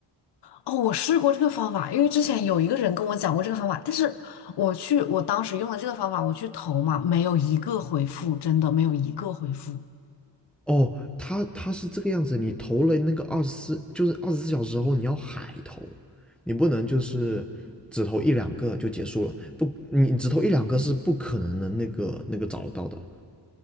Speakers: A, on the left; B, in the centre.
A: 哦，我试过这个方法，因为之前有一个人跟我讲过这个方法，但是我去，我当时用了这个方法，我去投嘛，没有一个回复，真的没有一个回复。
B: 哦，它它是这个样子，你投了那个二十四，就是二十四小时后你要海投，你不能就是只投一两个就结束了，不，你只投一两个是不可能的那个那个找得到的。